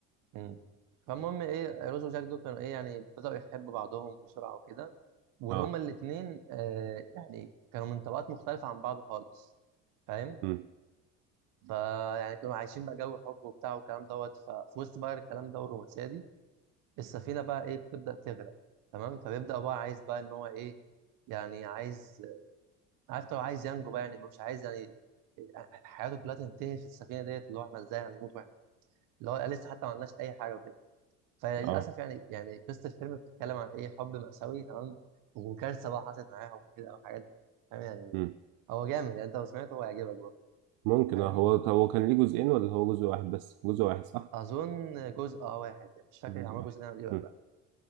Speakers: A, on the right; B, on the right.
A: مم. فالمهم ايه روز وجاك دول كانوا ايه يعني بدأوا يحبوا بعضهم بسرعة وكده وهما
B: اه
A: الاتنين آه يعني كانوا من طبقات مختلفة عن بعض خالص فاهم
B: امم
A: فيعني كانوا عايشين بقى جو حب وبتاع والكلام دوت ففي وسط بقى الكلام ده والرومانسية دي السفينة بقى ايه بتبدأ تغرق تمام فبيبدأ بقى عايز بقى ان هو ايه يعني عايز عارف لو عايز ينجو بقى يعني مش عايز يعني آه، حياته كلها تنتهي في السفينة ديت اللي هو احنا ازاي هنموت واحنا اللي هو لسه حتى ما عملناش اي حاجة وكده فللاسف
B: اه
A: يعني يعني قصه الفيلم بتتكلم عن ايه حب مأساوي تمام وكارثه بقى حصلت معاهم وكده او حاجات فاهم يعني
B: امم
A: هو جامد يعني انت لو سمعته هو هيعجبك برضه
B: ممكن
A: فاهم
B: اه هو هو كان ليه جزئين ولا هو جزء واحد بس جزء واحد صح
A: اظن جزء اه واحد يعني مش فاكر
B: جزء
A: عمل
B: واحد
A: جزء تاني ولا ايه ولا
B: مم.
A: لا